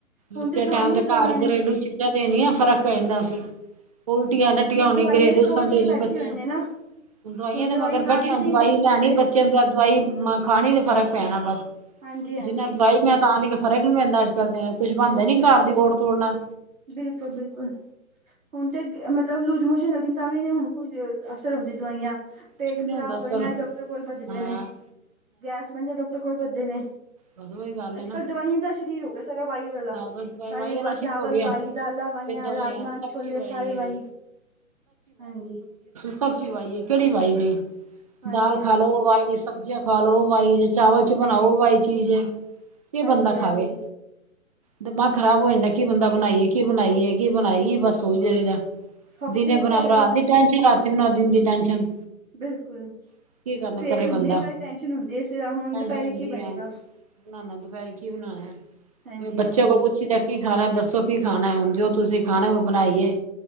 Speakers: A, on the right; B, on the right.
A: ਹੁਣ
B: ਬੱਚੇ
A: ਤੇ ਦਵਾਈਆਂ
B: ਟਾਈਮ ਦੇ
A: ਹੀ ਦਵਾਈਆਂ
B: ਘਰ
A: ਨੇ
B: ਘਰੇਲੂ ਚੀਜ਼ਾਂ ਤੇ ਨੀਆਂ ਫ਼ਰਕ ਪੈਂਦਾ
A: ਹਾਂਜੀ
B: ਸੀ। ਉਲਟੀਆਂ, ਟੱਟੀਆਂ
A: ਹੁਣ
B: ਹੋਣੀ
A: ਦਵਾਈਆਂ
B: ਘਰੇਲੂ
A: ਦੇ ਤੌਰ
B: ਸ ਦੇਣੀ
A: ਤੇ ਬੈਠੇ
B: ਬੱਚਿਆਂ
A: ਹੋਏ ਨੇ ਨਾ
B: ਦਵਾਈਆਂ
A: ਹੁਣ
B: ਤੇ
A: ਦਵਾਈ
B: ਮਗਰ ਬੈਠੀਆਂ
A: ਖਾਣਗੇ ਤੇ
B: ਦਵਾਈ
A: ਹੀ ਬੱਚੇ
B: ਲੈਣੀ,
A: ਹੋਣਗੇ
B: ਬੱਚਿਆਂ ਨੂੰ ਦਵਾਈ ਖਾਣੀ ਤੇ ਫਰਕ ਪੈਣਾ ਬਸ।
A: ਹਾਂਜੀ-ਹਾਂਜੀ
B: ਜਿਨਾਂ ਦਵਾਈ ਮੈਂ ਤਾਂ ਦੀ ਫਰਕ ਨਹੀਂ ਪੈਂਦਾ। ਅੱਜ-ਕੱਲ ਤੇ ਕੁੱਛ ਬਣਦਾ
A: ਉਹ
B: ਨੀ,
A: ਤੇ
B: ਘਰ ਦੀ ਓੜ ਤੋੜਨਾ।
A: ਬਿਲਕੁਲ-ਬਿਲਕੁਲ। ਹੁਣ ਤੇ ਮਤਲਬ, ਲੂਜ ਮੋਸ਼ਨ ਲੱਗਦੀ ਤਾਂ ਵੀ ਨੀ ਹੁਣ ਕੋਈ ਅਸਰ ਹੁੰਦੀ ਦਵਾਈਆਂ।
B: ਕੁਛ
A: ਪੇਟ
B: ਵੀ ਨੀ
A: ਖ਼ਰਾਬ
B: ਹੁੰਦਾ ਅਸਰ
A: ਹੋਏ ਨਾ, ਡਾਕਟਰ ਕੋਲ ਭੱਜਦੇ
B: ਹਾਂ
A: ਨੇ, ਗੈਸ ਬਣਦਾ ਡਾਕਟਰ ਕੋਲ ਭੱਜਦੇ ਨੇ।
B: ਬਸ ਉਹੀ ਗੱਲ
A: ਅੱਜ-ਕੱਲ੍ਹ
B: ਹੈ ਨਾ
A: ਦਵਾਈਆਂ ਦਾ ਸਰੀਰ ਹੋ ਗਿਆ। ਸਾਰਾ ਵਾਈ ਵਾਲਾ
B: ਹਾਂ ਬਸ ਦਵਾਈ
A: ਸਾਰੇ
B: ਵਾਲਾ
A: ਵ
B: ਸ਼ੁਰੂ
A: ਚਾਵਲ
B: ਹੋ ਗਿਆ
A: ਵਾਈ ਦਾਲਾਂ ਵਾਈਆਂ
B: ਫਿਰ ਦਵਾਈਆਂ
A: ਰਾਜਮਾਂ,
B: ਸਭ
A: ਛੋਲੇ
B: ਚੀਜ਼
A: ਸਾਰੇ ਵਾਈ
B: ਹੈ
A: ਹਾਂਜੀ।
B: ਸਬਜ਼ੀ ਵਾਈ ਕਿਹੜੀ ਵਾਈ ਨਹੀ
A: ਹਾਂਜੀ
B: ਦਾਲ
A: ਹਾਂਜੀ
B: ਖਾ ਲੋ ਵਾਈ ਨਹੀਂ ਸ ਖਾ ਲੋੋ ਬਾਈ ਚਾਵਲ ਚ ਬਣਾਓ ਬਾਈ ਚੀਜ਼ ਏ ਕਿ
A: ਹਾਂਜੀ
B: ਬੰਦਾ
A: ਹਾਂਜੀ
B: ਖਾਵੇ। ਦਿਮਾਗ ਖਰਾਬ
A: ਬਿਲਕੁਲ
B: ਹੋ ਜਾਂਦਾ ਕੀ ਬੰਦਾ ਬਣਾਈਏ, ਕੀ ਬਣਾਈਏ- ਕੀ ਬਣਾਈ
A: ਬਿਲਕੁਲ
B: ਬਸ। ਉਹੀ ਸੋਚਦੇ
A: ਹਫ਼ਤੇ
B: ਦਿਨੇ ਬਣਾਇਏ
A: ਤੇ ਅਲੱਗ
B: ਰਾਤ
A: ਅਲੱਗ
B: ਦੀ ਟੈਨਸ਼ਨ ਤੇ ਵੀ ਨਦੀ ਟੈਨਸ਼ਨ
A: ਬਿਲਕੁਲ,
B: ਕੀ ਕਰਨਾ
A: ਸਵੇਰ
B: ਕਰੇ
A: ਹੁੰਦੀ
B: ਬੰਦਾ
A: ਏ। ਪਹਿਲੇ ਟੈਸ਼ਨ ਹੁੰਦੀ ਏ। ਸਵੇਰ ਹੁਣ
B: ਟੈਨਸ਼ਨ
A: ਦੁਪਹਿਰੇ
B: ਹੁੰਦੀ
A: ਕੀ ਬਣੇਗਾ?
B: ਹੈ ਬਣਾਉਣਾ ਦੁਪਹਿਰੀ ਕੀ ਬਣਾਉਣਾ
A: ਹਾਂਜੀ
B: ਏ। ਬੱਚੇ
A: ਹਾਂਜੀ
B: ਕੋਲ ਪੁੱਛਦਾ ਕੀ ਖਾਣਾ ਦੱਸੋ ਕੀ ਖਾਣਾ? ਹੁਣ ਜੋ ਤੁਸੀਂ ਖਾਣਾ
A: ਹਾਂਜੀ
B: ਉਹ ਬਣਾਈਏ।